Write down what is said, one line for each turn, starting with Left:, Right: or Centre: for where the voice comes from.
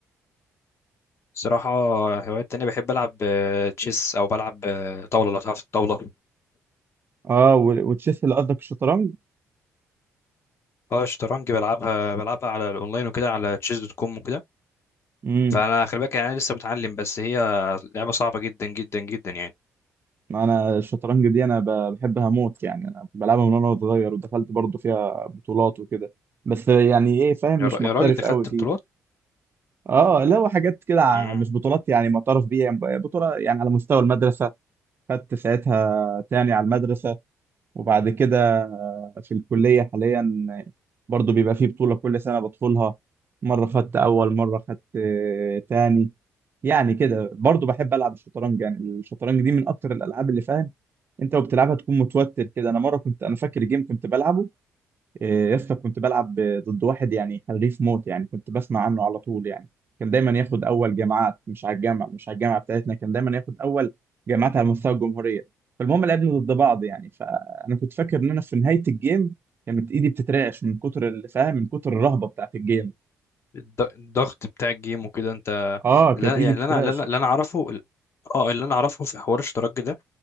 Left: صراحة هوايات تانية بحب ألعب آه، تشيس أو بلعب آه، طاولة لو تعرف الطاولة
Right: اه و- وتشيس اللي قصدك الشطرنج
Left: اه الشطرنج بلعبها بلعبها على الأونلاين وكده على تشيز دوت كوم وكده
Right: امم
Left: فانا خلي بالك يعني انا لسه متعلم بس هي لعبه صعبه جدا جدا جدا يعني
Right: ما انا الشطرنج دي انا ب- بحبها موت يعني انا بلعبها من وانا صغير ودخلت برضو فيها بطولات وكده بس يعني ايه فاهم مش
Left: يا را-
Right: محترف
Left: يا راجل ده خدت
Right: قوي فيه
Left: بطولات
Right: اه لا هو حاجات كده ع-
Left: مم.
Right: مش بطولات يعني معترف بيها يعني بطولة يعني على مستوى المدرسة خدت ساعتها تاني على المدرسة وبعد كده آه، في الكلية حاليا آه، برضو بيبقى فيه بطولة كل سنة بدخلها مرة خدت أول مرة خدت آه، تاني يعني كده برضو بحب ألعب الشطرنج يعني الشطرنج دي من أكتر الألعاب اللي فاهم أنت وبتلعبها تكون متوتر كده أنا مرة كنت أنا فاكر جيم كنت بلعبه إيه، يا اسطى كنت بلعب ضد واحد يعني حريف موت يعني كنت بسمع عنه على طول يعني كان دايما ياخد اول جامعات مش على الجامعه مش على الجامعه بتاعتنا كان دايما ياخد اول جامعات على مستوى الجمهوريه فالمهم لعبنا ضد بعض يعني فانا كنت فاكر ان انا في نهايه الجيم كانت ايدي بتترعش من كتر اللي فاهم من كتر الرهبه بتاعت الجيم
Left: الض- الضغط بتاع الجيم وكده انت
Right: اه كانت
Left: لا
Right: ايدي
Left: يعني
Right: بتترعش
Left: اللي انا اللي انا اللي أنا اعرفه اه اللي انا اعرفه في حوار الشطرنج ده